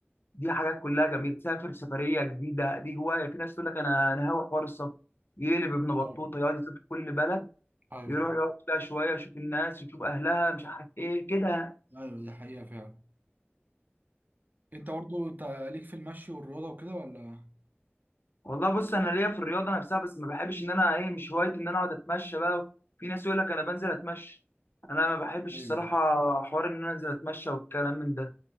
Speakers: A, on the left; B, on the right.
A: دي حاجات كلها جميله تسافر سفريه جديده دي هوايه في ناس تقول لك انا انا هاوي حوار السفر يقلب ابن بطوطه
B: بالظبط
A: يقعد يسافر كل بلد
B: ايوه
A: يروح يقعد فيها شويه يشوف الناس يشوف اهلها مش عارف ايه كده
B: ايوه دي حقيقه فعلا انت برضه انت ليك في المشي والرياضه وكده ولا
A: والله بص انا ليا في الرياضه نفسها بس ما بحبش ان انا ايه مش هوايتي ان انا اقعد اتمشى بقى في ناس يقول لك انا بنزل اتمشى انا ما بحبش
B: ايوه
A: الصراحه حوار ان انا انزل اتمشى والكلام من ده